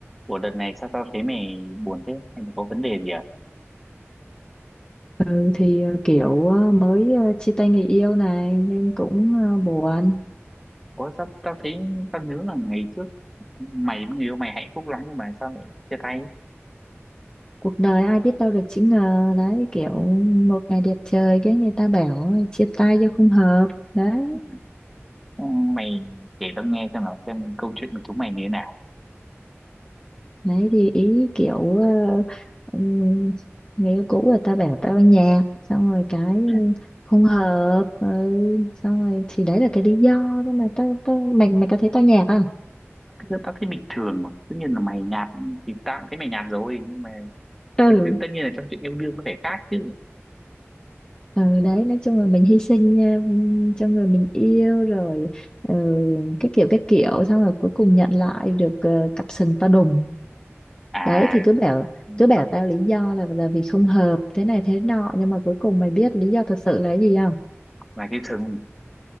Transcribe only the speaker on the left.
Ừ thì ờ, kiểu ờ, mới ờ, chia tay người yêu này nên cũng ờ, buồn.
Cuộc đời ai biết đâu được chữ ngờ đấy kiểu một ngày đẹp trời cái người ta bảo ờ, chia tay do không hợp đấy
đấy thì ý kiểu ờ, ừm, người yêu cũ người ta bảo tao nhạt xong rồi cái
không hợp ừ, xong rồi thì đấy là cái lý do thôi mà tao tao mày mày có thấy tao nhạt không?
Ừ.
ừ đấy nói chung là mình hy sinh um, cho người mình yêu rồi ừ, cái kiểu cái kiểu xong rồi cuối cùng nhận lại được ờ, cặp sừng to đùng
đấy thì cứ bảo cứ bảo
tao lý do là là vì không hợp thế này thế nọ nhưng mà cuối cùng mày biết lý do thật sự là cái gì